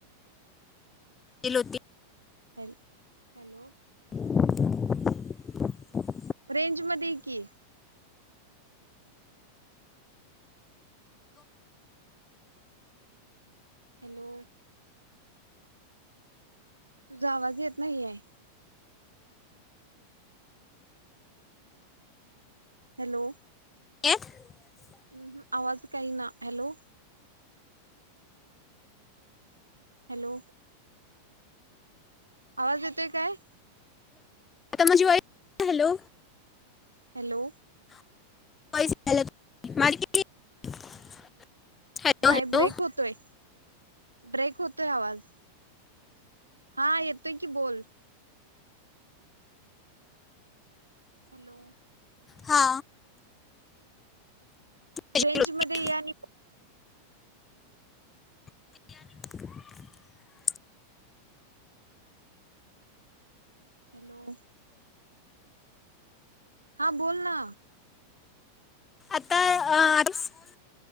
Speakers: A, on the left (about 20°); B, on the right (about 80°).
A: तल होती
B: हल् हॅलो!
A: <unintelligible>
B: रेंज मध्ये ये की. हॅलो! तुझा आवाज येत नाही आहे. हॅलो!
A: एकठ
B: हम् आवाज काही इना हॅलो! हॅलो आवाज येतोय काय?
A: आता माझी वॉईस हॅलो
B: हॅलो!
A: <inaudible> हॅलो
B: नाही
A: हॅलो
B: ब्रेक होतोय ब्रेक होतोय आवाज हा येतोय की बोल हॅलो!
A: हा! हॅलो
B: रेंज मध्ये या आणि
A: <unintelligible>
B: हॅलो! हा बोल ना
A: आता अ--हा बोल ना